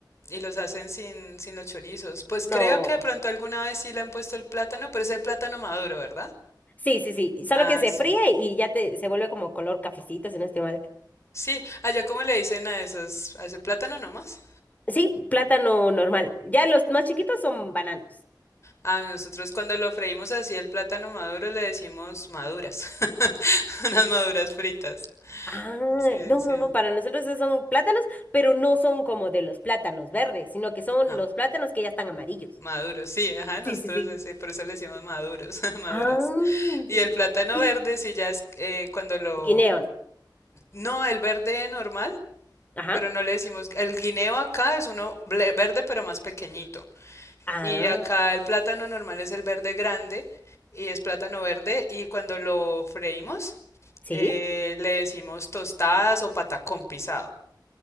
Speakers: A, on the left; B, on the left.
A: y los hacen sin, sin los chorizos. Pues
B: No,
A: creo que de pronto alguna vez sí le han puesto el plátano, pero es el plátano maduro, ¿verdad?
B: sí, sí, sí, solo
A: Ah,
B: que se
A: sí.
B: fríe y ya te, se vuelve como color cafecito, si no estoy mal.
A: Sí, allá como le dicen a esos, a ese plátano nomás.
B: Sí, plátano normal. Ya los más chiquitos son bananos.
A: A nosotros cuando lo freímos así el plátano maduro le decimos maduras, <laughs> unas maduras fritas.
B: Ah,
A: Sí,
B: no,
A: sí.
B: no, no, para nosotros esos son plátanos, pero no son como de los plátanos verdes, sino que son
A: No.
B: los plátanos que ya están amarillos.
A: Maduros, sí, ajá, nosotros
B: Sí, sí, sí.
A: ese- por eso le decimos maduros, <laughs> maduras.
B: Ah,
A: Y
B: sí.
A: el plátano
B: Y
A: verde, sí, ya es eh, cuando lo...
B: guineón.
A: No, el verde normal,
B: Ajá.
A: pero no le decimos... El guineo acá es uno ble- verde, pero más pequeñito.
B: Ah,
A: Y acá el plátano normal es el verde grande y es plátano verde. Y cuando lo freímos,
B: sí.
A: eh, le decimos tostadas o patacón pisado.